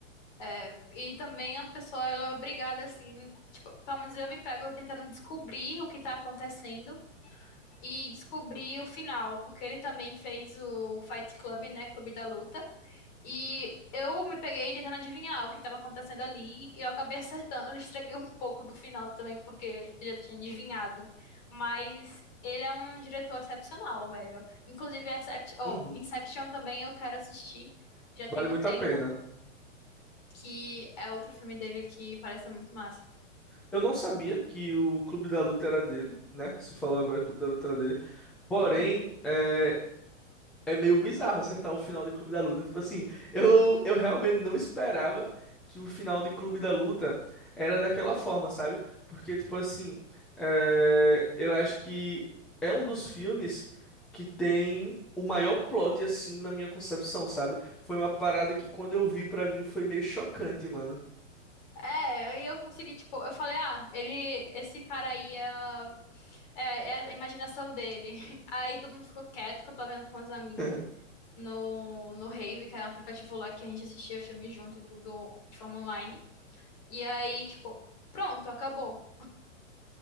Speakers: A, on the left; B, in the centre.
A: É, e também a pessoa, ela é obrigada, assim, tipo, pelo menos eu me pego tentando descobrir o que tá acontecendo e descobri o final, porque ele também fez o Fight Club, né? Clube da Luta. E eu me peguei tentando adivinhar o que estava acontecendo ali e eu acabei acertando. Eu estraguei um pouco do final também, porque eu já tinha adivinhado. Mas ele é um diretor excepcional, velho. Inclusive, Excep- oh,
B: Uhum.
A: Inception também eu quero assistir. Já tem
B: Vale muito
A: um tempo,
B: a pena.
A: que é outro filme dele que parece ser muito massa.
B: Eu não sabia que o Clube da Luta era dele, né? Você falou agora que o Clube da Luta era dele. Porém,
A: Uhum.
B: eh, É meio bizarro acertar o final de Clube da Luta. Tipo assim, eu, eu realmente não esperava que o final de Clube da Luta era daquela forma, sabe? Porque, tipo assim, é, eu acho que é um dos filmes que tem o maior plot, assim, na minha concepção, sabe? Foi uma parada que quando eu vi, pra mim, foi meio chocante, mano.
A: É, e eu consegui, tipo, eu falei, ah, ele, esse cara aí é É, é a imaginação dele. <laughs> Aí todo mundo ficou quieto, que eu tava vendo com as amigas
B: <laughs>
A: no, no Rave, que era um aplicativo lá que a gente assistia filme junto e tudo de forma online. E aí, tipo, pronto, acabou.